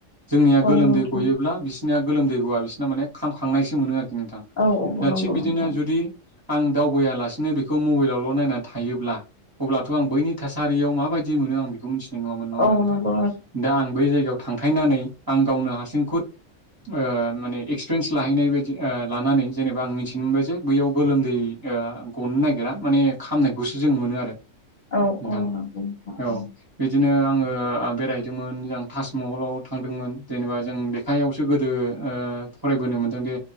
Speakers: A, on the right; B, on the left.
A: जोंनिया
B: औ
A: गोलोमदै
B: नोंथां
A: गयोब्ला बिसिनिया गोलोमदै गवा बिसिना माने खामखांनायसो मोनो आरो नोंथां
B: औ औ
A: दा
B: नंगौ
A: थिग बिदिनो
B: नोंथां
A: जुदि आं दावबायालासिनो बेखौ मबाइलावल' नायनानै थायोब्ला अब्लाथ' आं बैनि थासारियाव माबायदि मोनो आं बिखौ मिथि नङामोन नङा होमबा
B: औ
A: नोंथां
B: नंगौ
A: दा आं बै जायगायाव थांथायनानै आं गावनो हारसिं खुद ओ-माने एक्सपिरियेन्स लाहैनाय बायदि ओ- लानानै जेनेबा आं मिथिनो मोनबाय जे बैयाव गोलोमदै ओ ओ-गनो नागिरा माने खामनायखौसो जों मोनो आरो
B: औ औ
A: दां
B: नंगौ नोंथां
A: औ बिदिनो ओ बेरायहैदोंमोन जों ताजमहलाव थांदोंमोन जेनेबा जों लेखायाव ओ-ओ फरायबोनो मोन्दोंदि